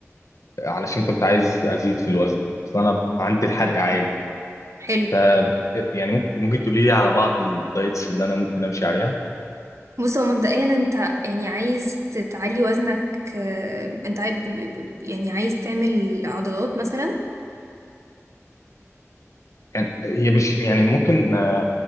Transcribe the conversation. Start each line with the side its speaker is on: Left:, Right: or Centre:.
Left: علشان كنت عايز ازيد في الوزن اصل انا عندي الحرق عالي
Right: حلو
Left: ف يعني ممكن ممكن تقولي لي على بعض الدايتس اللي انا ممكن امشي عليها
Right: بص هو مبدئيا انت يعني عايز ت- تعلي وزنك آه، انت عايز يعني عايز تعمل عضلات مثلا
Left: يعني هي مش يعني ممكن آه،